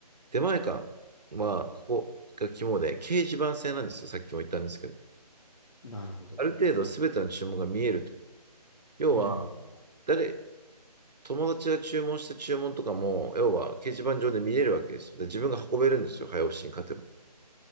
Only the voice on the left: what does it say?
なるほど。
うん。